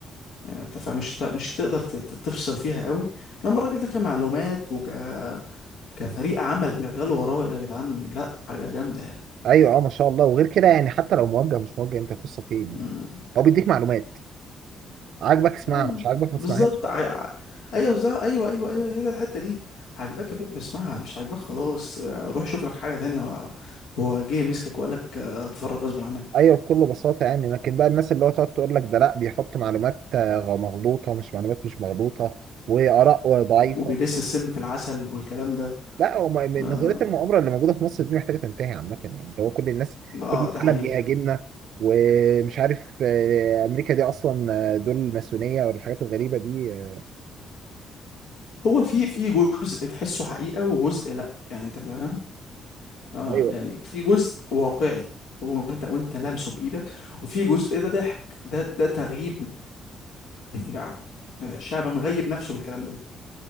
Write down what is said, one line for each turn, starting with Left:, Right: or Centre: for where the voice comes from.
Left: يعني انت فمش ت- مش هتقدر ت- ت- تفصل فيها قوي لما الراجل ده كمعلومات وك كفريق عمل شغال وراه يا جدعان لا حاجة جامدة يعني
Right: ايوه اه ما شاء الله وغير كده يعني حتى لو موجه مش موجه انت قصه فين يعني.
Left: أمم.
Right: هو بيديك معلومات عاجبك اسمعها
Left: آه،
Right: مش عاجبك ما
Left: بالظبط
Right: تسمعهاش
Left: ع- ع- ايوه بالظبط ايوه ايوه ايوه هي ده الحتة دي عجباك يا باشا اسمعها مش عجباك خلاص آه، روح شوف لك حاجة تانية هو هو جه مسكك وقال لك آه، اتفرج غصب عنك
Right: ايوه بكل بساطه يعني لكن بقى الناس اللي هو تقعد تقول لك ده لا بيحط معلومات آه، مغلوطه مش معلومات مش مغلوطه واراء ضعيفه
Left: وبيدس السم في العسل والكلام ده
Right: لا هو ما- من
Left: اه
Right: نظريه المؤامره اللي موجوده في مصر دي محتاجه تنتهي عامه يعني اللي هو كل الناس
Left: آه،
Right: كل
Left: ده حقيقة
Right: العالم بيهاجمنا ومش عارف آه، امريكا دي اصلا آه، دول الماسونيه والحاجات الغريبه دي آه،
Left: هو في في جزء تحسه حقيقة وجزء لا يعني انت فاهم اه
Right: ايوه
Left: يعني في جزء واقعي وانت وانت لامسه بايدك وفي جزء ده ضحك ده ده تغييب للشعب آه، الشعب مغيب نفسه بالكلام ده